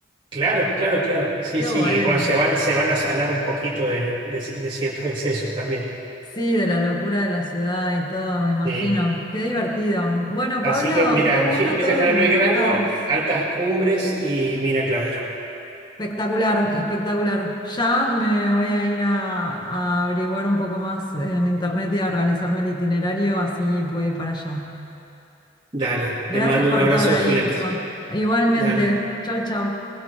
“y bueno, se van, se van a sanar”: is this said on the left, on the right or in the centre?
Right